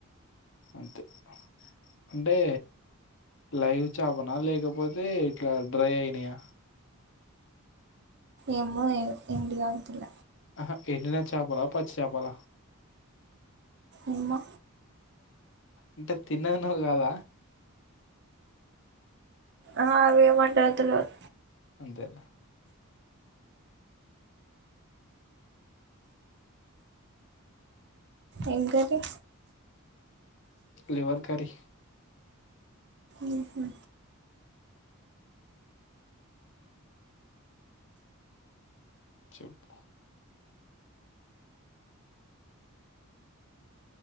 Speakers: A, on the left; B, on the right.
A: అంతె. అంటే, లైవ్ చాపనా లేకపోతే ఇట్ల డ్రై అయినయా?
B: ఏమో ఎండిదాంతుల
A: ఆహ ఎండిన చాపలా పచ్చి చాపల?
B: ఏమో
A: అంటే తిన్నది నువ్వు కాద?
B: ఆ అవేమంటారో తెల్వద్
A: అంతేనా
B: ఏం కర్రి?
A: లివర్ కర్రీ
B: మ్హు
A: చెప్పు